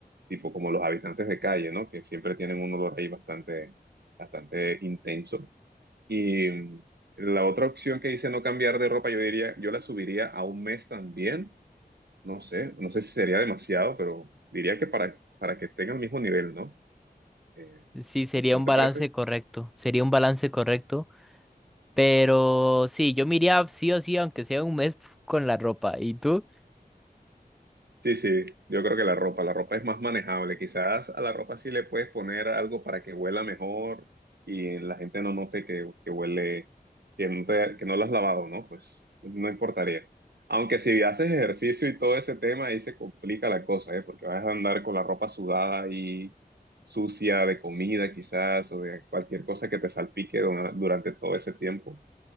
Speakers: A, on the right; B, in the centre.
A: tipo como los habitantes de calle, ¿no? Que siempre tienen un olor ahí bastante, bastante intenso. Y mm, la otra opción que dice no cambiar de ropa, yo diría, yo la subiría a un mes también. No sé, no sé si sería demasiado, pero diría que para, para que tenga el mismo nivel, ¿no? Eh,
B: Sí, sería
A: ¿no, no
B: un
A: te
B: balance
A: parece?
B: correcto, sería un balance correcto. Pero sí, yo me iría sí o sí, aunque sea un mes con la ropa. ¿Y tú?
A: Sí, sí, yo creo que la ropa, la ropa es más manejable. Quizás a la ropa sí le puedes poner algo para que huela mejor y la gente no note que, que huele, que no te- que no lo has lavado, ¿no? Pues no importaría. Aunque si haces ejercicio y todo ese tema, ahí se complica la cosa, ¿eh? Porque vas a andar con la ropa sudada y sucia de comida quizás o de cualquier cosa que te salpique dura- durante todo ese tiempo.